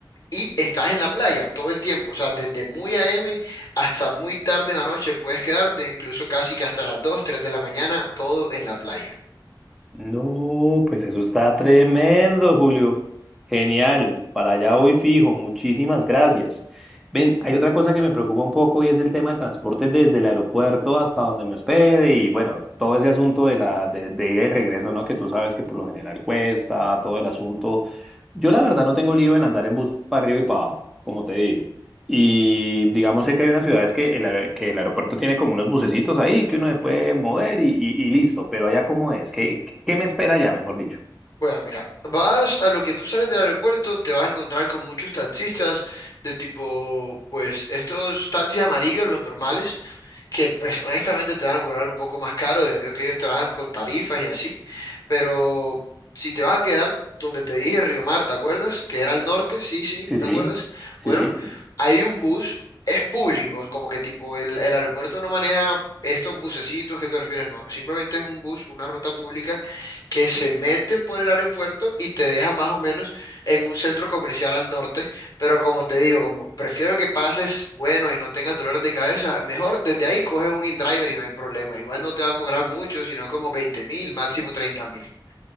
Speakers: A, on the left; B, in the centre.
A: y estás en la playa todo el tiempo, o sea, desde muy AM hasta muy tarde en la noche puedes quedarte, incluso casi que hasta las 2 3 de la mañana, todo en la playa.
B: No, pues eso está tremendo, Julio. Genial, para allá voy fijo, muchísimas gracias. Ven, hay otra cosa que me preocupa un poco y es el tema del transporte desde el aeropuerto hasta donde me hospede y bueno, todo ese asunto de la de, de ida y regreso, ¿no? Que tú sabes que por lo general cuesta, todo el asunto. Yo la verdad no tengo lío en andar en bus para arriba y para abajo, como te digo. Y digamos sé que hay unas ciudades que el, aer- que el aeropuerto tiene como unos bucecitos ahí que uno se puede mover y, y- y listo, pero allá cómo es, ¿qué, qué me espera allá, mejor dicho?
A: Bueno, mira, vas a lo que tú sales del aeropuerto, te vas a encontrar con muchos taxistas de tipo, pues, estos taxis amarillos, los normales, que pues honestamente te van a cobrar un poco más caro, ya digo que ellos trabajan con tarifas y así, pero si te vas a quedar donde te dije Río Mar, ¿te acuerdas? Que era al norte, sí, sí,
B: Sí,
A: ¿te
B: sí,
A: acuerdas?
B: sí,
A: Bueno,
B: sí.
A: hay un bus, es público, como que tipo el, el aeropuerto no maneja estos bucecitos que tú refieres, no, simplemente es un bus, una ruta pública que se mete por el aeropuerto y te deja más o menos en un centro comercial al norte pero como te digo, como prefiero que pases bueno y no tengas dolores de cabeza, mejor desde ahí coges un InDriver y no hay problema. Igual no te va a cobrar mucho, sino como veinte mil, máximo treinta mil.